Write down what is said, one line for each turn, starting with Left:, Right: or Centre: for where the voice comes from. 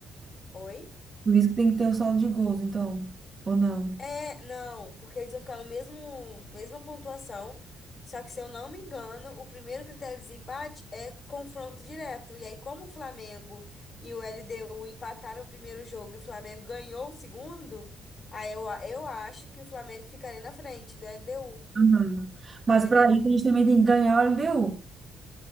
Left: Oi?
Right: por isso que tem que ter o saldo de gols, então. Ou não?
Left: É, não, porque eles vão ficar no mesmo, mesma pontuação, só que se eu não me engano, o primeiro critério de desempate é confronto direto. E aí, como o Flamengo e o LDU empataram o primeiro jogo e o Flamengo ganhou o segundo, aí eu, a- eu acho que o Flamengo ficaria na frente do LDU,
Right: Aham. Mas
Left: entendeu?
Right: pra isso a gente também tem que ganhar o LDU.